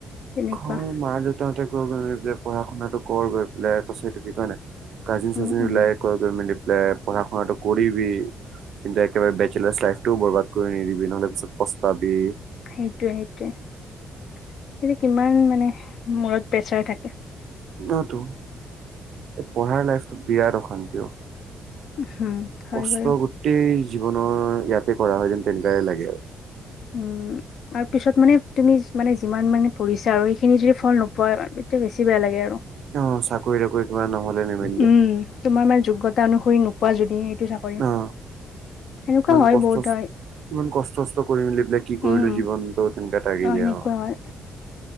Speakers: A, on the left; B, on the right.
A: তেনেকুৱা
B: ঘৰ মা-দে তহঁতে গৈ বোলে পঢ়া শুনাটো কৰ গৈ পেলাই, কৈছে কি কৰে নে নাই? কাজিন-চাজিন
A: উম
B: এইবিলাকে
A: উম
B: ঘৰত গৈ মেলি পঢ়া শুনাটো কৰিবি, কিন্তু একেবাৰে বেছেলাৰ লাইফতোও বৰবাদ গৈ কৰি নিদিবি, নহ'লে পিছত পস্তাবি।
A: সেইটোৱেই-সেইটোৱেই, সেইটো কিমান মানে মূৰত প্ৰেচাৰ থাকে।
B: নতো, এই পঢ়াৰ লাইফটো বিৰাট অশান্তি অ,
A: হম, হয়
B: কষ্ট
A: বাৰু।
B: গোটেই জীৱনৰ ইয়াতেই কৰা হয় যেন, তেনেকুৱাই লাগে আৰু।
A: উম। আৰু পিছত মানে তুমি মানে যিমান মানে পঢ়িচা আৰু, সেইখিনি যদি ফল নোপোৱা তেতিয়া বেছি বেয়া লাগে আৰু।
B: অ, চাকৰি-তাকৰি কিবা ন'হলে নিমিলিলে।
A: উম, তোমাৰ মানে যোগ্যতা অনুসৰি নোপোৱা যদি এইটো চাকৰি,
B: অ
A: সেনেকুৱা
B: ইমান
A: হয়,
B: কষ্ট
A: বহুতৰ।
B: ইমান কষ্ট-চষ্ট কৰি মেলি এইবিলাক কি কৰিলো
A: উম,
B: জীৱনতটো, তেনেকা থাকি
A: অ',
B: যায়
A: সেনেকুৱা
B: আৰু।
A: হয়।